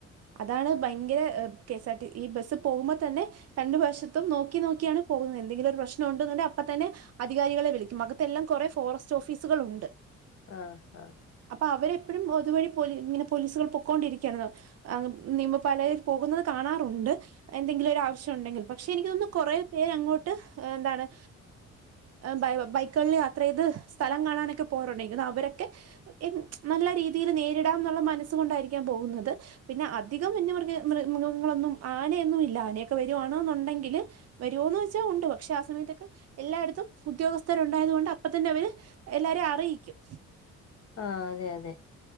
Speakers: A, on the right; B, on the left.
A: അതാണ് ഭയങ്കര കെ എസ് ആർ ടി ഈ ബസ് പോകുമ്പോൾ തന്നെ രണ്ടു വശത്തും നോക്കി നോക്കിയാണ് പോകുന്നത് എന്തെങ്കിലും ഒരു പ്രശ്നം ണ്ട് തന്നെ അപ്പൊ തന്നെ അധികാരികളെ വിളിക്കും അകത്തെ എല്ലാം കുറെ ഫോറസ്റ്റ് ഓഫീസുകൾ ഉണ്ട്
B: ആഹ് ആഹ്
A: അപ്പൊ അവരെപ്പോഴും ഒതുവഴി പോല ഇങ്ങനെ പോലീസുകൾ പൊക്കൊണ്ടിരിക്കുകണോ അഹ് നിയമ പാല പോകുന്നത് കാണാറുണ്ട് എന്തെങ്കിലും ഒരു ആവശ്യം ഉണ്ടെങ്കിൽ പക്ഷെ എനിക്ക തോന്നുന്ന് കൊറെ പേര് അങ്ങോട്ട് എന്താണ് ബൈ ബൈക്കുകളിൽ യാത്ര ചെയ്ത് സ്ഥലം കാണാനൊക്കെ പോറുണ്ടെങ്കിൽ അഹ് അവരൊക്കെ നല്ല രീതിയിൽ നേരിടാം എന്നുള്ള മനസ്സു കൊണ്ടായിരിക്കാൻ പോകുന്നത് പിന്നെ അധികം വന്യമൃഗ മൃ മൃഗങ്ങളൊന്നും ആനയൊന്നും ഇല്ല ആനൊക്കെ വരുവാണെന്നുണ്ടെങ്കില് വരുവോന്ന് വെച്ചാൽ ഉണ്ട് പക്ഷെ ആ സമയത്തൊക്കെ എല്ലായിടത്തും ഉദ്യോഗസ്ഥരുണ്ടായത് കൊണ്ട് അപ്പ തന്നെ അവര് എല്ലാരെയും അറിയിക്കും
B: ആഹ് അതെ അതെ